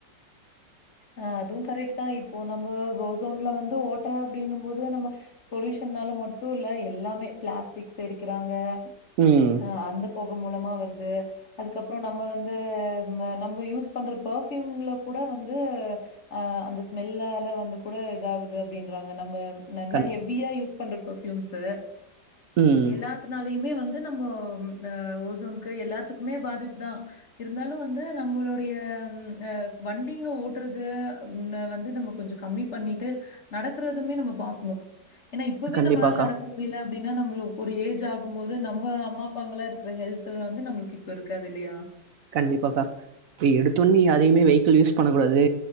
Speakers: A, on the left; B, on the right.
A: அ அதுவு கரெட்டுதா இப்போ நம்ம ஓசோன்ல வந்து ஓட்ட அப்டினும் போது நம்ம பொல்யூஷனால மட்டும் இல்ல எல்லாமே பிளாஸ்டிக்ஸ் தெரிக்கிறாங்கா
B: ம்
A: அ அந்த போக மூலமா வருது அதுக்கப்ரோ நம்ம வந்து நம்ம யூஸ் பண்ற பர்ஃயூம்ல கூட வந் து ஆ அந்த ஸ்மெல்லால வந்து கூட இதாகுது அப்படின்றாங்க நம்ப நல்லா
B: கண்
A: ஹெவியா யூஸ் பண்ற பெர்ஃப்யூம்ஸ்
B: ம்
A: எல்லாத்துனாலயுமே வந்து நம்ம அ ஓசோனுக்கு எல்லாத்துக்குமே பாதிப்பு தான் இருந்தாலும் வந்து நம்பளுடைய ம் அ வண்டி ஓட்டுறது ம் வந்து நம்ம கொஞ்சோ கம்மி பண்ணிட்டு நடக்கறதுமே நம்ம பாக்கணு என்னா இப்பவே
B: கண்டிப்பாக்கா
A: நம்மளால நடக்க முடியல அப்டின்னா நம்மளுக்கு ஒரு ஏஜ் ஆகு போது நம்ம அம்மா அப்பாங்கல்லா இருக்கிற ஹெல்த் வந்து நம்மளுக்கு இப்ப இருக்காது இல்லையா
B: கண்டிப்பாக்கா இப்ப எடுத்தோடனே யாரையுமே வெஹிகள் யூஸ் பண்ண கூடாது